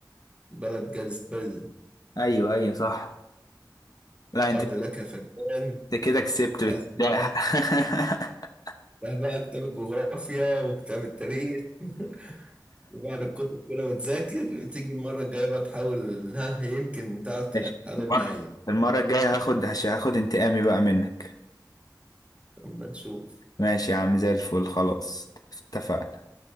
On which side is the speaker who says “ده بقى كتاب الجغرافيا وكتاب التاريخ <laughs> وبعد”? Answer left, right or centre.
Right